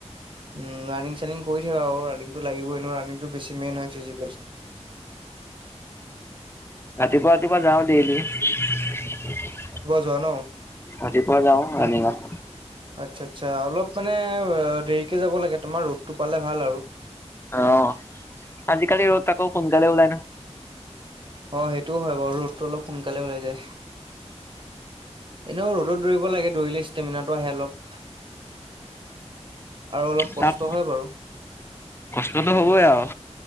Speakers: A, on the right; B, on the left.
A: উম ৰানিং কৰি থাকা আৰু ৰাংটো লাগিবই ৰাংটো বেছি মেইন হয় ফিজিকেল
B: ৰাতিুৱা ৰাতিপুৱা যাওঁ দেলি ৰাতিপুৱা
A: যোৱা ন
B: যাওঁ ৰানিঙত
A: আচ্ছা আচ্ছা অলপ মানে দেৰিকে যাব লাগে তোমাৰ ৰ'দটো পালে ভাল আৰু
B: অ আজিকালি ৰ'দ আকৌ সোনকালে ওলাই ন
A: অ' সেইটোও হয় বাৰু ৰ'দটো অলপ সোনকালে ওলাই যায় এনেও ৰ'দত দৌৰিব লাগে দৌৰিলে ষ্টেমিনাটো আহে অলপ আৰু অলপ
B: তাত
A: কষ্ট হয় বাৰু
B: কষ্টটো হ'বই আৰু